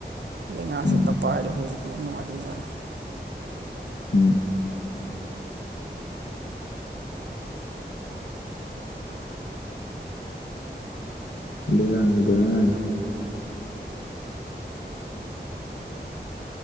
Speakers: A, on the right; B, on the left.
A: ꯂꯩꯉꯥꯛꯁꯦ
B: ꯎꯝ
A: ꯑꯝꯇ ꯄꯥꯏꯔꯗꯤ ꯑꯩꯈꯣꯏꯁꯦ ꯈꯤꯇꯪ ꯅꯨꯡꯉꯥꯏꯗꯣꯏꯖꯥꯠꯅꯤ
B: <inaudible> <inaudible>